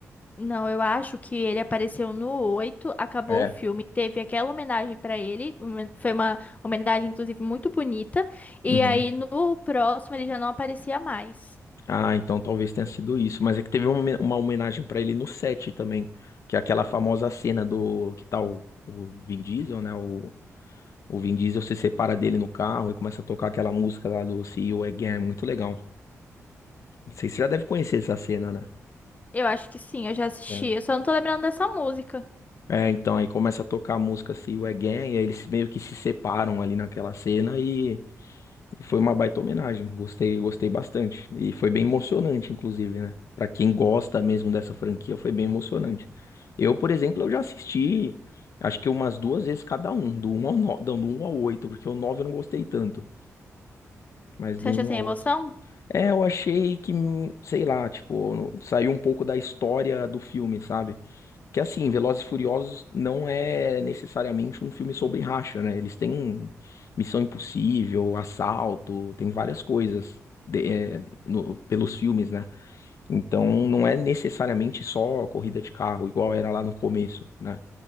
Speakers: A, on the left; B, on the left.
A: Não, eu acho que ele apareceu no 8, acabou
B: É.
A: o filme, teve aquela homenagem pra ele, uma- foi uma homenagem inclusive muito bonita, e
B: Uhum.
A: aí no próximo ele já não aparecia mais.
B: Ah, então talvez tenha sido isso. Mas é que teve uma, homen- uma homenagem pra ele no 7 também, que é aquela famosa cena do que tá o, o Vin Diesel, né? O, o Vin Diesel se separa dele no carro e começa a tocar aquela música lá do See You Again. Muito legal. Não sei se você já deve conhecer essa cena, né?
A: Eu acho que sim, eu já assisti,
B: né?
A: eu só não tô lembrando dessa música.
B: É, então aí começa a tocar a música See You Again, e aí eles meio que se separam ali naquela cena e, e foi uma baita homenagem. Gostei, gostei bastante. E foi bem emocionante, inclusive, né? Pra quem gosta mesmo dessa franquia, foi bem emocionante. Eu, por exemplo, eu já assisti, acho que umas duas vezes cada um, do um ao 9, não, do um ao 8 porque o 9 eu não gostei tanto, mas
A: Você
B: do um
A: acha sem
B: ao
A: emoção?
B: oito É, eu achei que, hum, sei lá, tipo, no- saiu um pouco da história do filme, sabe? Que assim, Velozes e Furiosos não é necessariamente um filme sobre racha, né? Eles têm Missão Impossível, Assalto, tem várias coisas de- é, no- pelos filmes, né? Então não é necessariamente só corrida de carro, igual era lá no começo, né?